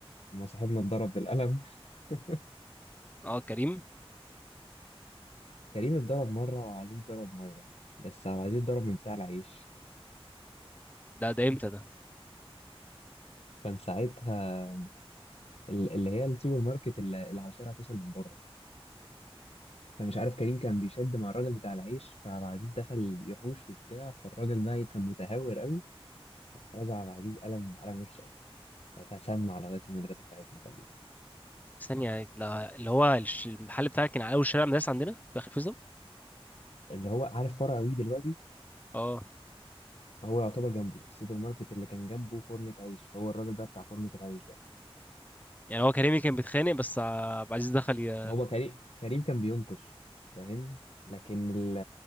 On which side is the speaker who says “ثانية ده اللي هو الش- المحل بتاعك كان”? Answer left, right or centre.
Left